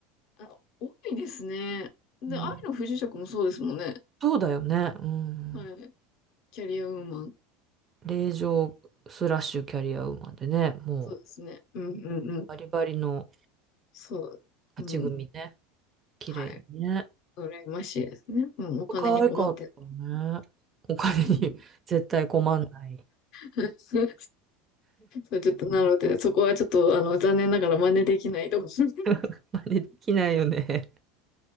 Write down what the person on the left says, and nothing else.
あ、多いですね。で、
愛の不時着もそうですもんね。
はい。キャリアウーマン。
そうですね。うんうんうん。
そう。
うん。
はい。羨ましいですね。うん。お金に困ってる。
うん。
<laughs> そう、ちょっと、なので、そこはちょっと、あの、残念ながら真似できないと思う。<laughs>